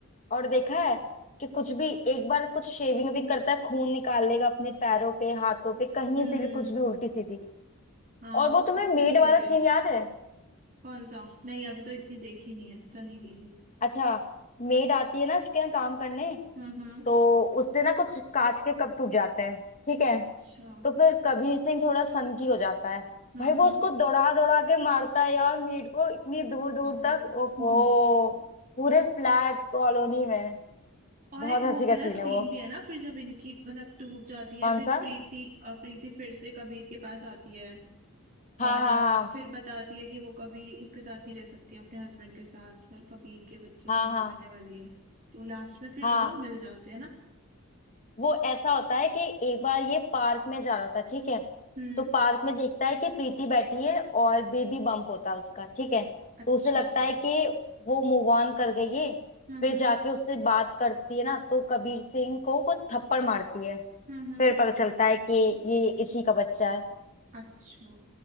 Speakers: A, on the left (about 35°); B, on the right (about 40°).
A: और देखा है कि कुछ भी एक बार कुछ शेविंग विंग करता है खून निकाल लेगा अपने पैरों पे हाथों पे कहीं
B: हम्म
A: से भी कुछ भी उल्टी सीधी
B: हाँ
A: और वो
B: वो
A: तुम्हें
B: उसी
A: मेड
B: के
A: वाला
B: लिए
A: सीन याद है
B: कौन सा नहीं अभी तो इतनी देखी नहीं है चल ही रही है बस
A: अच्छा मेड आती है ना इसके यहाँ काम करने
B: हम्म हम्म
A: तो उससे ना कुछ कांच के कप टूट जाते हैं ठीक है
B: अच्छा
A: तो फिर कबीर सिंह थोड़ा सनकी हो जाता है
B: हम्म
A: भाई वो उसको दौड़ा दौड़ा के मारता है यार मेड को इतनी दूर दूर
B: ओ
A: तक ओफो
B: हम्म हम्म।
A: पूरे फ्लैट कॉलोनी में
B: और
A: बहुत
B: एक
A: हंसी
B: वो वाला
A: का सीन
B: सीन
A: है वो
B: भी है ना फिर जब इनकी मतलब टूट जाती है
A: कौन
B: फिर
A: सा
B: प्रीति अ, प्रीति फिर से कबीर के पास आती है
A: हाँ
B: और
A: हाँ
B: अ,
A: हाँ
B: फिर बताती है कि वो कभी उसके साथ नहीं रह सकती अपने हस्बैंड के साथ और कभी के बच्चे
A: हाँ
B: की
A: हाँ
B: माँ बनने वाली है तो लास्ट में फिर
A: हाँ
B: दोनों मिल जाते हैं ना
A: वो ऐसा होता है कि एक बार ये पार्क में जा रहा होता है ठीक है
B: हम्म
A: तो पार्क में देखता है कि प्रीति बैठी है और बेबी बम्प होता है उसका ठीक है
B: अच्छा
A: तो उसे लगता
B: हम्म
A: है कि वो मूव ऑन कर गई है
B: हम्म
A: फिर जाके उससे बात करती है ना तो कबीर सिंह को वो थप्पड़ मारती है
B: हम्म हम्म
A: फिर पता चलता है कि ये इसी का बच्चा है
B: अच्छा